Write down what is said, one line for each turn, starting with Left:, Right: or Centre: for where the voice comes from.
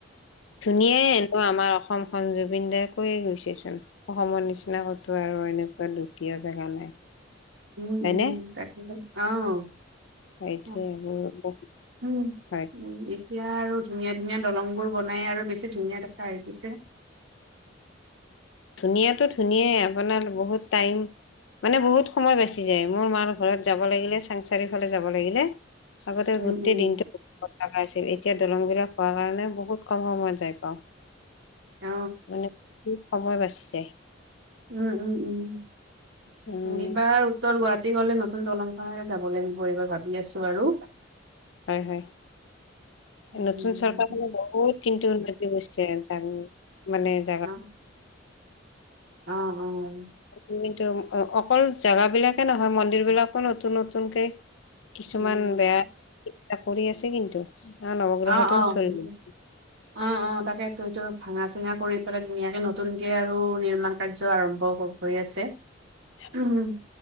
Left: এয়া, এনো আমাৰ অসমখন, জুবিন দায়ে কৈয়ে গৈছেচোন। অসমৰ নিচিনা ক'তো আৰু এনেকুৱা দ্বিতীয় জেগা নাই।
Right: উম,
Left: হয়নে
Right: উম, তাকে অ'
Left: সেইটোৱে মোৰ বহুত
Right: উম।
Left: হয়
Right: উম, এতিয়া আৰু ধুনীয়া-ধুনীয়া দলং বোৰ বনাই আৰু বেছি ধুনীয়া দেখা আহি গৈছে।
Left: ধুনীয়াটো ধুনীয়াই, আপোনাৰ বহুত টাইম মানে বহুত সময় বাচি যায়, মোৰ মাৰ ঘৰত যাব লাগিলে, চাংচাৰিফালে যাব লাগিলে আগতে
Right: উম
Left: গোটেই
Right: উম
Left: দিনটো লগাইছিল, এতিয়া দলং বিলাক হোৱাৰ কাৰণে, বহুত কম সময়ত যাই পাওঁ।
Right: অ
Left: মানে, সময় বাচি যায়।
Right: উম, উম,
Left: উম
Right: উমনিবাৰ <unintelligible> উত্তৰ গুৱাহাটী গ'লে নতুন দলংখনেৰে যাব লাগিব, এইবাৰ ভাবি আছোঁ আৰু।
Left: হয়, হয়,
Right: উম।
Left: নতুন চৰকাৰখনে বহুত কিন্তু, উন্ন নিশ্চয় যানি মানে <unintelligible>
Right: অ, অ, অ'।
Left: উম, কিন্তু অকল জাগা বিলাকে নহয় মন্দিৰ বিলাকো নতুন-নতুনকে কিছুমান
Right: উম,
Left: বেয়া <unintelligible> কৰি আছে কিন্তু, কাৰ নৱগ্ৰহটো
Right: অ', অ'।
Left: <unintelligible> <inaudible>
Right: অ', অ', তাকেটো এইটো ভাঙা চিঙা কৰি পেলাই ধুনীয়াকে নতুন কে আৰু, নিৰ্মাণ কাৰ্য আৰম্ভ হৈ আছে।
Left: <inaudible>
Right: উম।